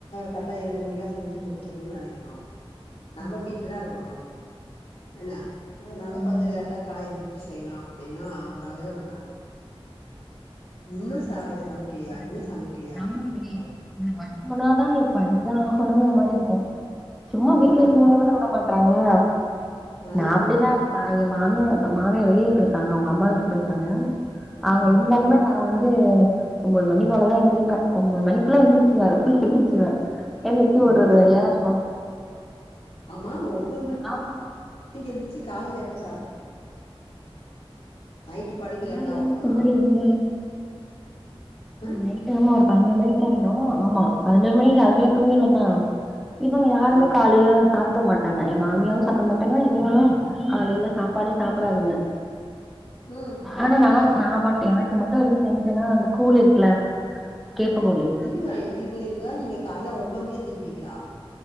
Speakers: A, on the left; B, in the centre.
A: கரெக்டா ஏழு மணிக்குலா செஞ்சி முடிச்சிடோனு
B: ஆமா
A: நெனைக்கணோ நம்மோ
B: ஆமா
A: வீட்லதா இருக்குறோ என்னா அதனால
B: ம்
A: கொஞ்சோ லேட்டா கால்ல எந் செய்யுலா அப்டீன்னா உடவே மாட்டாங்க இன்னு
B: என்னடா
A: ச சமைக்கலையா
B: இது ரொம்ப
A: இன்னு
B: இருக்கு
A: சமைக்கலயா
B: நம்ம
A: அப்டீன்ட்டே
B: சரி
A: இருப்பாங்க
B: இந்த வொர்க் போனாதா பண்ணிதா ஆகணோங்கற மாதிரி இருக்கோ சும்மா வீட்ல
A: ஆ
B: இருக்கும்போது கூட விடமா றாங்களா
A: ஆ
B: நா அப்புடிலா இல்ல நா எ மாமியா மாமியா வெளில போயிருக்காங்க அவுங்க அம்மா வீட்டுக்கு போயிருக்காங்க அவுங்க
A: ஆ
B: இருந்தாலுமே நா வந்து ஒம்போது மணி போல தா எந்திரிப்பே ஒம்போது மணிக்குள்ள எந்திரிச்சுருவே அதுக்குள்ள செஞ்சி வெச்சுருவே எந்திரிச்சி ஒரு
A: ஒன்பது
B: ஒரு வேலையா
A: மணி
B: சும்மா
A: ஆமா ஒம்போது மணி க்கு
B: ஆமா
A: எந்திரிச்சு காலைல எப்ப சாப்பட நைட்டு படுக்க லேட்டாகுமா
B: காலைலலா சுண்டல் இருந்து
A: ம்
B: நைட் ஆமா ஒரு பதினோரு மணிக்கிட்ட ஆயிடு ஆமா பதினோரு மணிக்கு அதுக்குள்ளயு தூங்கிருவந்தா இவுங்க யாருமே
A: ம்
B: காலைல சாப்ட மாட்டாங்க எ மாமியாவு சாப்ட மாட்டாங்கா இவுங்களு காலைல சாப்பாடே சாப்டாதுங்க
A: ம்
B: ஆனா நா நா மட்டு எனக்கு மட்டு எதுவு செஞ்சனா அந்த கூலு இருக்குல கேப்பக் கூலு
A: இருங்க இருங்க இருங்க நீங்க கால்ல ஒம்போது மணிக்கு எந்திருப்பீங்ளா